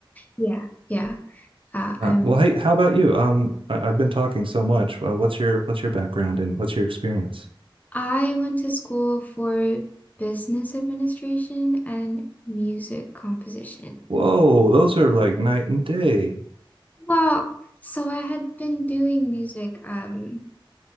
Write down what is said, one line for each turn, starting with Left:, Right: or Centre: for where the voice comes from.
Left: Yeah, yeah. Uh,
Right: Uh,
Left: I'm
Right: well, hey, how about you? Um, I, I've been talking so much. Uh, what's your what's your background and what's your experience?
Left: I went to school for business administration and music composition.
Right: Whoa, those are like night and day.
Left: <laughs> Well, so I had been doing music um